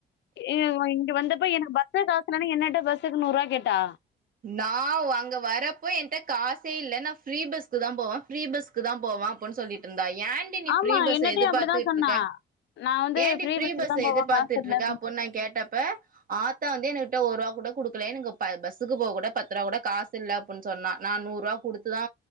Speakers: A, on the left (about 65°); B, on the right (about 45°).
A: <unintelligible> இங்க வந்தப்ப எனக்கு பஸ்ஸ காசு இல்லன்னு என்னட்ட பஸ்ஸுக்கு நூருவா கேட்டா
B: நா அங்க வரப்ப என்ட்ட காசே இல்ல நா ஃப்ரீ பஸ்க்கு தா போவ ஃரீ பஸ் இதுக்கு தா போவா அப்புன்னு சொல்லிட்டு இருந்தா ஏண்டி நீ
A: ஆமா
B: ஃப்ரீ பஸ்சா
A: என்னட்டயு
B: எதிர்பாத்துட்டு
A: அப்டிதா சொன்னா
B: இருக்க
A: நா வந்து
B: ஏன்டி ஃப்ரீ
A: பஸ்ஸுக்கு
B: பஸ்சா
A: தா போவே
B: எதிர்பாத்துட்டு
A: காசு இல்ல
B: இருக்கா
A: அப்டி
B: அப்போ நா கேட்டப்ப ஆத்தா வந்து என்னுட்ட ஒரு ரூபா கூட குடுக்கல எனக்கு பா பஸ் பஸ்க்கு போக்கூட பத்துரூபா கூட காசு இல்ல அப்பன்னு சொன்னா நா நூறுரூபா குடுத்து தா